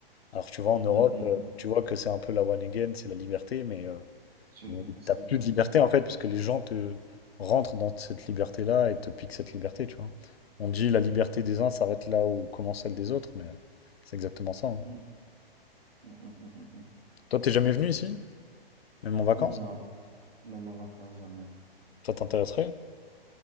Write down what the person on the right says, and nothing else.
Mm, mm,
mm.
Chacun
fait ce
qu'il
veut.
Mm, mm, mm, mm, mm, mm.
Non, même en vacances, jamais.